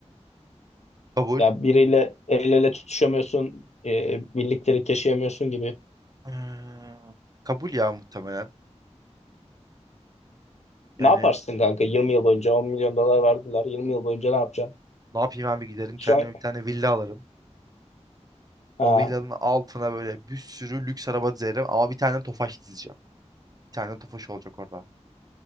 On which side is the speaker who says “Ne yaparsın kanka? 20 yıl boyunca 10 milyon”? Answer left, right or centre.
Left